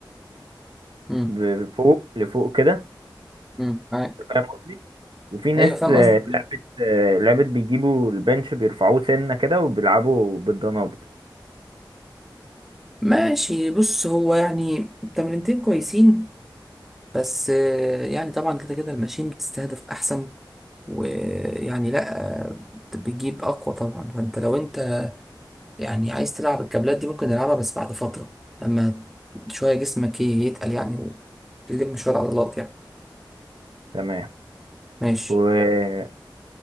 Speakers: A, in the centre; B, on the right.
A: امم
B: ب- فوق لفوق كده
A: امم معاك
B: انت فاهم قصدي وفي ناس
A: ايوه فاهم
B: آه،
A: قصدك
B: لعبت آه، لعبت بيجيبوا البنش بيرفعوه سنة كده وبيلعبوا بالدنابل
A: ماشي بص هو يعني التمرينتين كويسين بس آه، يعني طبعا كده كده الماشين بتستهدف احسن ويعني لا آه، بتجيب اقوى طبعا فانت لو انت يعني عايز تلعب الكابلات دي ممكن نلعبها بس بعد فترة لما شوية جسمك ي- يتقل يعني وتلم شوية عضلات يعني
B: تمام
A: ماشي
B: و...